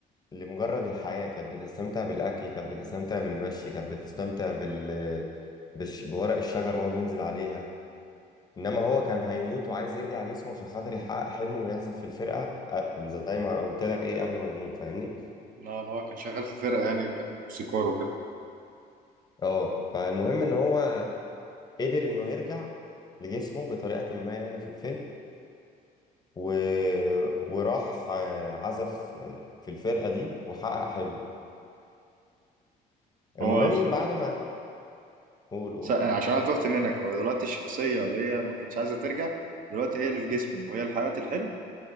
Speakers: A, on the left; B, on the right.
A: لمجرد الحياة كانت بتستمتع بالأكل كانت بتستمتع بالمشي كانت بتستمتع بال بش... بورق الشجر وهو بينزل عليها إنما هو كان هيموت وعايز يرجع جسمه عشان خاطر يحقق حلمه ويعزف في الفرقة أ- زي ما قلت لك إيه قبل ما يموت فاهمني؟
B: لا أنا هو كان شغال في فرقة يعني كان موسيقار وكده
A: أه فالمهم إن هو قدر إنه يرجع لجسمه بطريقة ما يعني في الفيلم و... وراح آه، عزف آه، في الفرقة دي وحقق حلمه المهم
B: هو الش-
A: بعد ما قول قول
B: س- عشان أنا تهت منك هو دلوقتي الشخصية اللي هي ما كانتش عايزة ترجع دلوقتي هي اللي في جسمه وهي اللي حققت الحلم